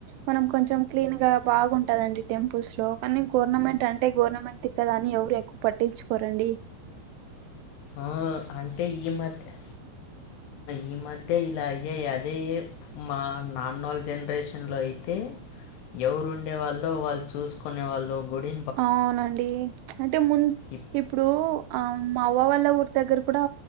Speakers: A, on the right; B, on the left.
A: మనం కొంచెం క్లీన్ గా బాగుంటదండి టెంపుల్స్ లో కానీ గవర్నమెంట్ అంటే గవర్నమెంట్ ది కదా అని ఎవరు ఎక్కు పట్టిచ్చుకోరా అండి
B: ఆ అంటే ఈ మధ్య ఈ మధ్య ఇలాగే అదే మా నాన్నల జనరేషన్లో అయితే ఎవురు ఉండే వాళ్లు వాళ్ళు చూసుకునే వాళ్ళు గుడి
A: ఆవునండి అంటే ముందు
B: ఇప్
A: ఇప్పుడు మా అమ్మ వల్ల ఊరి దగ్గర కూడా